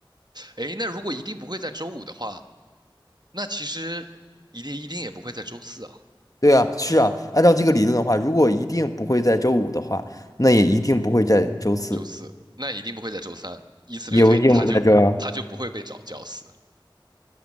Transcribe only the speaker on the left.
对啊，是啊，按照这个理论的话，如果一定不会在周五的话，那也一定不会在周四，
也不一定不会在周二。